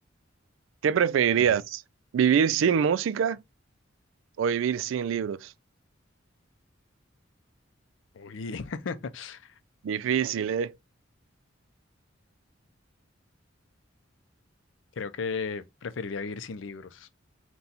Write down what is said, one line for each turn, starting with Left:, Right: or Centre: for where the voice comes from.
Right: ¿Qué preferirías?
Left: Ujú.
Right: ¿Vivir sin música o vivir sin libros?
Left: Uy, <laughs>
Right: Difícil, ¿eh?
Left: creo que preferiría vivir sin libros.